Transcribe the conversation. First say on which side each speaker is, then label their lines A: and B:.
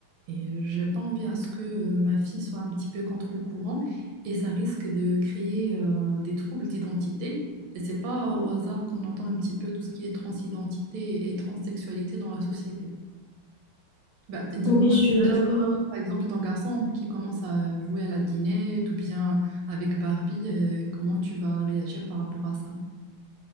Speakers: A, on the right; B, on the left.
A: Et j'ai pas envie à ce que euh, ma fille soit un petit peu contre le courant et ça risque de créer euh, des troubles d'identité. Et c'est pas au hasard qu'on entend un petit peu tout ce qui est transidentité et transsexualité dans la société. Bah, dis-moi,
B: Oui, je suis
A: déjà,
B: d'accord
A: tu-
B: avec...
A: par exemple, ton garçon qui commence à jouer à la dinette ou bien avec Barbie, euh, comment tu vas réagir par rapport à ça?